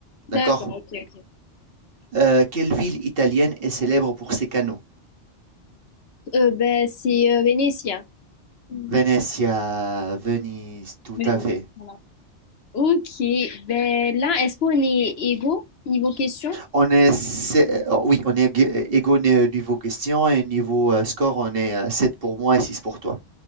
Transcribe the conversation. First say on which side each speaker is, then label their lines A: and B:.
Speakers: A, on the left; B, on the right.
A: D'accord,
B: d'accord?
A: ok, ok.
B: Heu, quelle ville italienne est célèbre pour ses canaux?
A: Euh, ben, c'est euh, vénitien. Mhm.
B: Venezia, Venise, tout
A: Oui,
B: à fait.
A: voilà. Ok, ben là, est-ce qu'on est égaux niveau question?
B: On est, euh, oui, on est ég- égaux niveau question et niveau euh, score, on est euh, 7 pour moi et six pour toi.